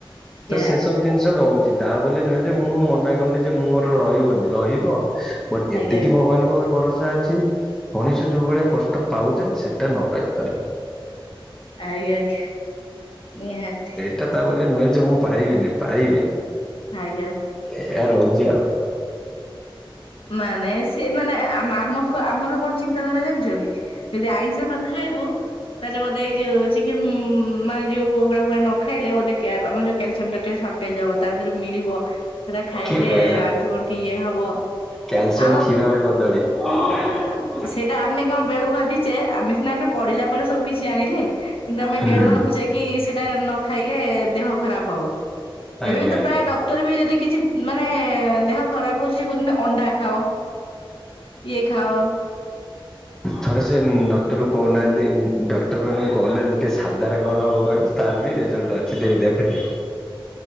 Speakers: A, in the centre; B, on the left (about 80°).
A: ତ ସେସବୁ
B: ଆଜ୍ଞା ଆଜ୍ଞା
A: ଜିନିଷ ରହୁଛି ତା ବୋଲି ନୁହେଁ ଯେ ମୁଁ ମନା କରୁନି ଯେ ମୋର ରହିବନି ରହି ହଁ ବଟ
B: ଆଜ୍ଞା
A: ଏତିକି ଭଗବାନଙ୍କ ଉପରେ ଭରସା ଛି ମଣିଷ ଯୋଉ ଭଳିଆ କଷ୍ଟ ପାଉଛନ୍ତି ସେଟା ନ ପାଇପାରେ।
B: ଆଜ୍ଞା ଆଜ୍ଞା ନିହାତି।
A: ଏଟା ତା ବୋଲି ନୁହେଁ ଯେ ମୁଁ ପାଇବିନି ପାଇବି।
B: ଆଜ୍ଞା।
A: ଏୟା ରହୁଛି ଆଉ।
B: ମାନେ ସେ ମାନେ ଆ ଆମ ଆ ଆମର କଣ ଚିନ୍ତାଧାରା ଜାଣିଛନ୍ତି ଯଦି ଆଇଁଷ ନ ଖାଇବୁ ତାହେଲେ ବୋଧେ ଏଇ ଯଉ ଚିକେନ ମାନେ ଯୋଉ କୁକୁଡ଼ା ଫୁକୁଡା ନ ଖାଇଲେ ବୋଧେ କ୍ୟା ଆମ ଯୋଉ କ୍ୟାଲସିୟମ ଟା ଟିକେ ସଟ୍ ଟେଇ ଦବ ତା ଦେହରେ ମିଳିବ ସେଟା ଖାଇଲେ
A: କିଏ କହିଲା
B: ଆଣ୍ଠୁ ଗଣ୍ଠି ଇଏ ହବ।
A: କ୍ୟାଲସିୟମ
B: ଆମ
A: କ୍ଷୀର ଆଉ କଦଳୀ ହଁ <unintelligible>
B: ସେଇଟା ଆମେ କଣ ବେଳୁ ଭାବିଛେ ଆମେ ସିନା ଏବେ ପଢିଲା ପରେ ସବୁ କିଛି ଜାଣିଲେ। କିନ୍ତୁ ଆମେ
A: ହୁଁ
B: ବେଳୁ ଭାବୁଛେ କି ସେଇଟା ନ ନ ଖାଇଲେ ଦେହ ଖରାପ ହବ
A: ଆଜ୍ଞା
B: ଏବେ ବି ତ
A: ଆଜ୍ଞା।
B: ପ୍ରାୟ ଡ କ୍ଟର ବି ଯଦି କିଛି ମାନେ ଦେହ ଖରାପ ହଉଛି ସେ କହୁଛନ୍ତି ଅଣ୍ଡା ଖାଅ ଇଏ ଖାଅ।
A: ଥରେ ସେ ଉଁ ଡକ୍ଟର କୁ କହୁନାହାନ୍ତି ଉଁ ଡକ୍ଟର ମାନଙ୍କୁ କହୁନାହାଁନ୍ତି ଟିକେ ସାଧାରେ କଣ ହବ କହିବେ ତାର ବି ରେଜଲ୍ଟ ଅଛି ଦେଇଦେ ହେ ହେ